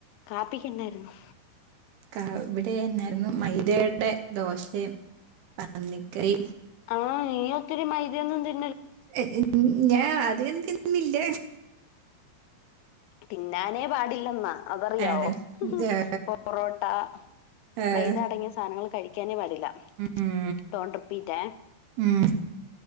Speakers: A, on the left; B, on the right.
A: കാപ്പികെന്നായിരുന്നു
B: കാ ഇവിടെ എന്നാരുന്നു മൈദേടെ ദോശേം പന്നികറി
A: ആ നീ ഒത്തിരി മൈദയൊന്നും തി
B: എ എൻ ഞാ അതികംതിന്നില്ല
A: തിന്നാനേ പാടില്ലന്നാ അതറിയാവോ
B: ആണ്
A: പൊറോട്ട മൈദ
B: ഏഹ്
A: അടങ്ങിയാവോ പൊറോട്ട
B: ഏഹ്
A: മൈദ അടങ്ങിയ സാനങ്ങള് കഴിക്കാനേ പാടില്ല
B: ഉം
A: ഡോണ്ട് റിപ്പീറ്റേ
B: ഉം